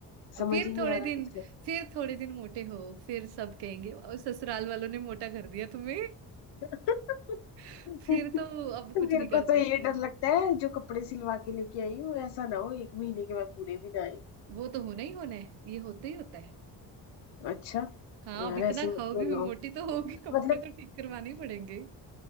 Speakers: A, on the left; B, on the right.
A: समझ
B: फिर
A: ही नहीं
B: थोड़े
A: आ रहा
B: दिन
A: कुछ
B: फिर थोड़े दिन मोटे हो फिर सब कहेंगे "वाह, ससुराल वालों ने मोटा कर दिया तुम्हें
A: <laughs>
B: <laughs> फिर तो अब
A: मेरे
B: कुछ नहीं कर
A: को
B: सकते
A: तो ये डर लगता है जो कपड़े सिलवा के लेके आई हूँ ऐसा ना हो एक महीने के बाद पूरे भी ना आए
B: वो तो होना ही होना है ये होता ही होता है
A: अच्छा
B: हाँ
A: यार
B: अब इतना
A: ऐसे मत
B: खाओगी
A: बोलो
B: फिर मोटी तो होगी कपड़े
A: मतलब
B: तो ठीक करवाने ही पड़ेंगे